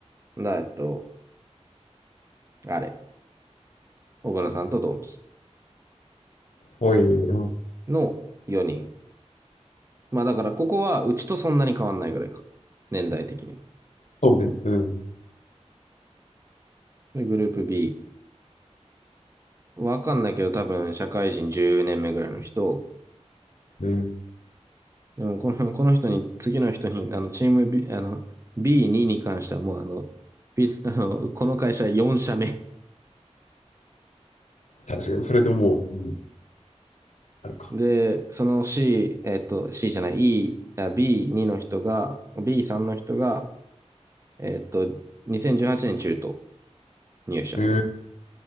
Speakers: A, on the right; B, on the left.
A: だ、えっと、あれ。小原さんと同期
B: ほいうん
A: の4人。まあだからここはうちとそんなに変わんないぐらいか。年代的には。
B: そうね。うん。
A: で、グループ B。わかんないけど多分社会人10年目ぐらいの人。
B: ね、
A: でもこの、この人に、次の人に、あの、チーム B、あの、B2 に関してはもうあの、B あのこの会社4社目。
B: 確かに、それでもう、うん、あるか。
A: で、その C、えっと、C じゃない、E、あ B2 の人が、B3 の人が、えっと、2018年中途入社。
B: へ